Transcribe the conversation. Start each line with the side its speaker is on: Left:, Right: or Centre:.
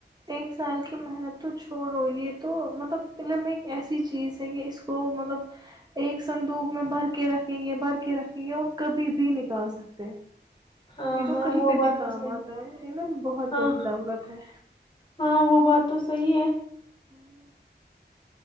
Right: ایک سال کی محنت تو چھوڑو یہ تو مطلب علم ایک ایسی چیز ہے کہ اس کو مطلب ایک سندوق میں بھر کے رکھیں گے بھر کے رکھیں گے اور کبھی بھی نکال سکتے
Left: ہاں
Right: یہ تو
Left: ہاں
Right: کہیں
Left: وہ
Right: پہ
Left: بات
Right: بھی کام
Left: تو صحیح
Right: اتا ہے علم بہت
Left: ہاں
Right: بڑی دولت ہے
Left: ہاں وہ بات تو صحیح ہے
Right: ہاں